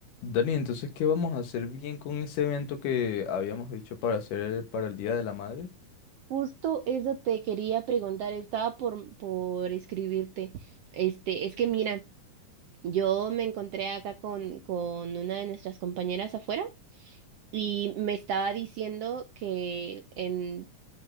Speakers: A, on the left; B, on the right.
A: Dani, entonces, ¿qué vamos a hacer bien con ese evento que habíamos dicho para hacer para el Día de la Madre?
B: Justo eso te quería preguntar, estaba por, por escribirte. Este, es que mira, yo me encontré acá con, con una de nuestras compañeras afuera y me estaba diciendo que en